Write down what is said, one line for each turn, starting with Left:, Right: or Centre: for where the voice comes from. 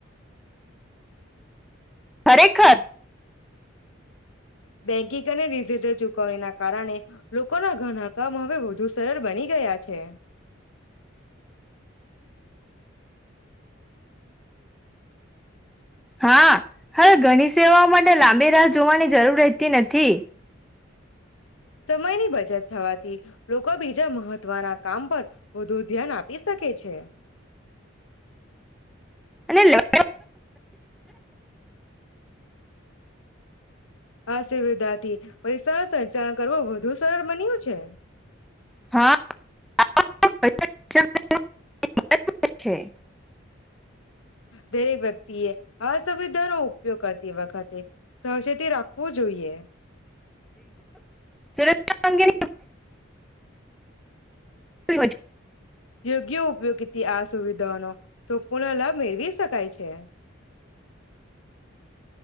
Centre: ખરેખર.
Left: બેંકિંગ અને ડીઝીડલ ચુકવણીના કારણે લોકોના ઘણા કામ હવે વધુ સરળ બની ગયા છે.
Centre: હા હવે ઘણી સેવાઓ માટે લાંબી રાહ જોવાની જરૂર રહેતી નથી.
Left: સમયની બચત થવાથી લોકો બીજા મહત્વના કામ પર વધુ ધ્યાન આપી શકે છે.
Centre: અનેલ <unintelligible>
Left: આ સુવિધાથી <unintelligible> સરળ સંચાલન કરવું વધુ સરળ બન્યું છે.
Centre: હા <unintelligible>
Left: દરેક વ્યક્તિએ અસુવિધાનો ઉપયોગ કરતી વખતે સાવચેતી રાખવો જોઈએ.
Centre: સુરક્ષા અંગે <inaudible>
Left: યોગ્ય ઉપયોગથી <unintelligible> આ સુવિધાઓનો સંપૂર્ણ લાભ મેળવી શકાય છે.